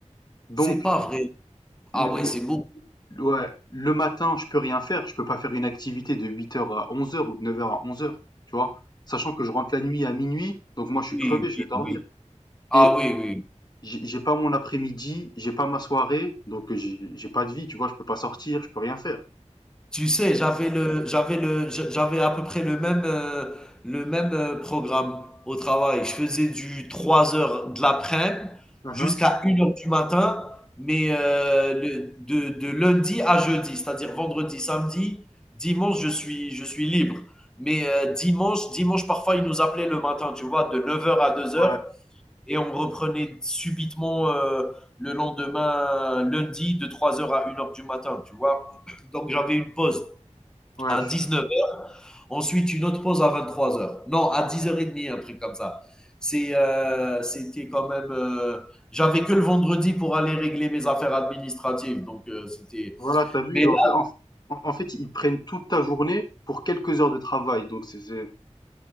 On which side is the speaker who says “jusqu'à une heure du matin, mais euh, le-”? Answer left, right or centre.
Centre